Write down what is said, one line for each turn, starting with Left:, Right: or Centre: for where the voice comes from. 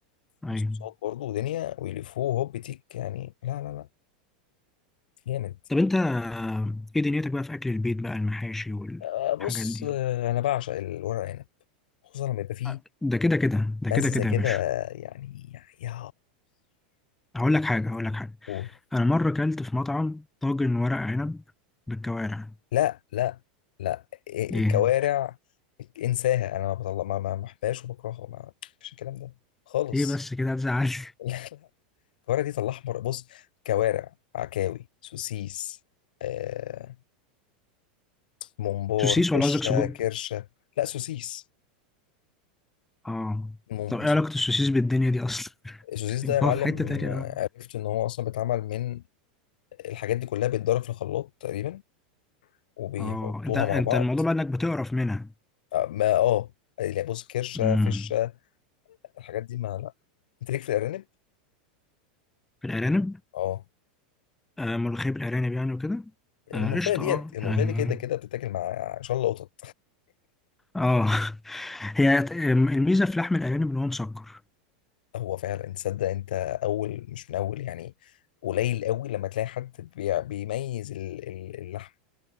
Centre: ايوه
Left: بصوصات برضه ودنيا ويلفوه هوب تيك يعني لا لا لا جامد
Centre: طب انت آه، ايه دنيتك بقى في اكل البيت بقى المحاشي والحاجات
Left: آه، بص
Centre: دي
Left: آه، انا بعشق الورق عنب خصوصا لما يبقى فيه
Centre: آه، ده كده كده ده
Left: مزه
Centre: كده كده
Left: كده
Centre: يا باشا
Left: يعني يا
Centre: هقول لك حاجة هقول لك حاجة
Left: قول
Centre: أنا مرة كلت في مطعم طاجن ورق عنب بالكوارع
Left: لا لا لا إيه-
Centre: إيه
Left: الكوارع انساها انا ما بطلع ما ما بحبهاش وبكرهها ما مفيش الكلام ده خالص
Centre: إيه بس كده هتزعل <laughs>
Left: <laughs> الكوارع دي طلعها بره بص كوارع عكاوي سوسيس آه ممبار
Centre: سوسيس
Left: فشه
Centre: ولا قصدك سجق
Left: كرشه لا سوسيس
Centre: آه
Left: مم...
Centre: طب إيه
Left: سو-
Centre: علاقة السوسيس بالدنيا دي أصلا
Left: السوسيس ده
Centre: <laughs>
Left: يا معلم
Centre: هو في حتة تانية
Left: آه،
Centre: بقى
Left: عرفت ان هو اصلا بيتعمل من الحاجات دي كلها بيتضرب في الخلاط تقريبا وبيحطوها
Centre: آه أنت أنت
Left: مع بعض
Centre: الموضوع بقى إنك بتقرف منها
Left: آه، ما اه لا بص كرشه
Centre: امم
Left: فشه الحاجات دي ما لا انت ليك في الارانب
Centre: في الأرانب
Left: اه
Centre: آه ملوخية بالأرانب يعني وكده
Left: الملوخية
Centre: آه قشطة
Left: ديت
Centre: آه
Left: الملوخية
Centre: يعني
Left: دي كده كده بتتاكل مع شلة قطط
Centre: آه <laughs> هي الميزة في لحم الأرانب إن هو مسكر
Left: <laughs> هو فعلا تصدق انت اول مش من اول يعني قليل قوي لما تلاقي حد بي- بيميز ال- ال- اللحم